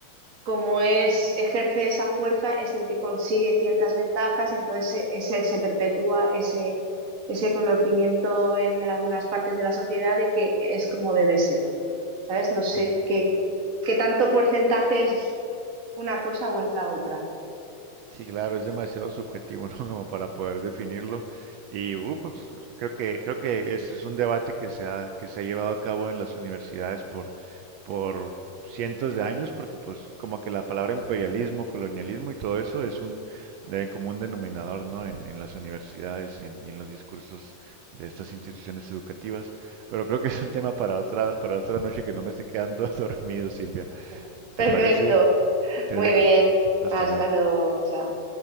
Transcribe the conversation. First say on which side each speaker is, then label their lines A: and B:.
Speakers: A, on the right; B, on the right.
A: como es, ejerce esa fuerza, es el que consigue ciertas ventajas y entonces se, ese- se perpetúa ese, ese conocimiento en algunas partes de la sociedad de que es como debe ser. ¿sabes? No sé
B: Ujú.
A: qué, qué tanto porcentaje es una cosa o es la otra.
B: Sí, claro, es demasiado subjetivo, ¿no? <laughs> Como para poder definirlo. Y uh, pues, creo que creo que ese es un debate que se ha que se ha llevado a cabo en las universidades por por cientos de años, porque pues como que la palabra imperialismo, colonialismo y todo eso es un de común denominador, ¿no? En, en las universidades y en, y en los discursos de estas instituciones educativas. Pero creo que es un tema para otra para otra noche que no me estoy quedando <laughs> dormido, Silvia.
A: <laughs> Perfecto,
B: ¿Te parece? Te
A: muy
B: dejo.
A: bien.
B: Hasta
A: Hasta
B: luego.
A: luego, chao.